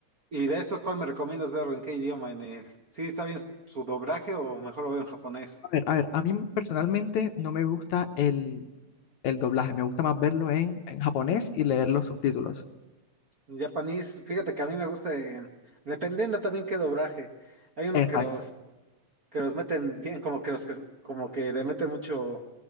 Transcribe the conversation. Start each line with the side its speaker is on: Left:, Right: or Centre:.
Right: Y de estos, ¿cuál me recomiendas verlo? ¿En qué idioma? ¿En el... ¿Sí está bien su doblaje o mejor lo veo en japonés?
Left: A ver, a ver, a mí personalmente no me gusta el, el doblaje, me gusta más verlo en, en japonés y leer los subtítulos.
Right: En japonés, fíjate que a mí me gusta, en- dependiendo también qué doblaje. Hay unos
Left: Exacto,
Right: que los, que los meten bien, como que los que, como que le meten mucho